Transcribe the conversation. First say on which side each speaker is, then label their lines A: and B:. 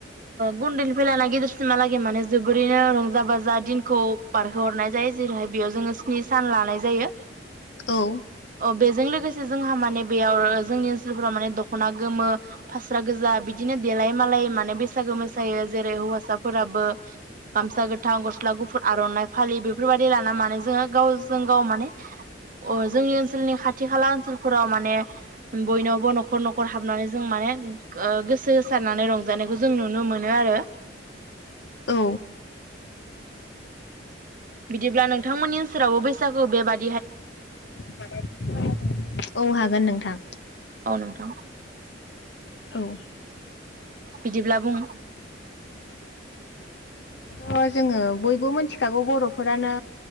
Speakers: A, on the right; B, on the left.
A: गुन्दैनिफ्राय लाना गेदिरसिमहालागै माने जोबोरैनो रंजा बाजा दिनखौ बारहोहरनाय जायो जेरैहाय बेयाव जोङो स्नि सान लानाय जायो।
B: औ
A: बेजों लोगोसे जोंहा माने बेयाव जोंनि ओनसोलफोराव माने दख'ना गोमो फास स्रा गोजा बिदिनो देलाय मालाय माने बैसागो मोसायो जेरै हौवासाफोराबो गामसा गोथां गस्ला गुफुर आर'नाइ फालि बेफोरबायाददि लाना माने जोङो गावजों गाव माने जोंनि ओनसोलनि खाथि खाला ओनसोलफोराव माने बयनावबो न'खर न'खर हाबनानै जों माने ओ गोसो होसारनानै रंजानायखौ जों नुनो मोनो आरो।
B: औ
A: बिदिब्ला नोंथांमोननि ओनसोलावबो बैसागु बेबा
B: <inaudible> औ हागोन नोंथां।
A: औ नोंथां
B: औ
A: बिदिब्ला बुं <inaudible>
B: थ' जोङो बयबो मिथिखागौ बर'फोरानो